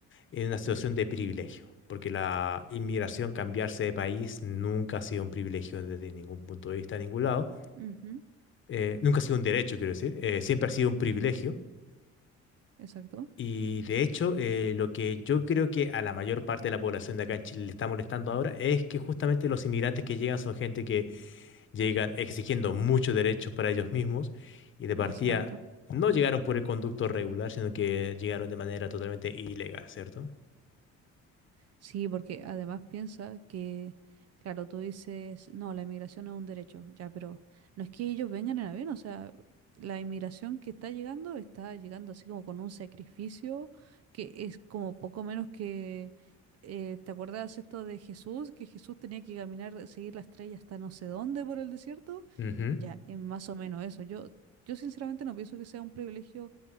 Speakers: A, on the left; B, on the right.
A: en una situación de privilegio, porque la inmigración, cambiarse de país, nunca ha sido un privilegio desde ningún punto de vista, de ningún lado.
B: Ujú,
A: eh, nunca ha sido un derecho, quiero decir, eh, siempre ha sido un privilegio.
B: Exacto,
A: Y de hecho, eh, lo que yo creo que a la mayor parte de la población de acá en Chile le está molestando ahora es que justamente los inmigrantes que llegan son gente que llegan exigiendo muchos derechos para ellos mismos y de partida
B: exacto.
A: no llegaron por el conducto regular, sino que llegaron de manera totalmente ilegal, cierto
B: Sí, porque además piensa que, claro, tú dices, no, la inmigración es un derecho, ya, pero no es que ellos vengan en avión, o sea, la inmigración que está llegando está llegando así como con un sacrificio que es como poco menos que, eh, ¿te acuerdas esto de Jesús? Que Jesús tenía que caminar, seguir la estrella hasta no sé dónde por el desierto,
A: Ujú,
B: ya, es más o menos eso. Yo, yo sinceramente no pienso que sea un privilegio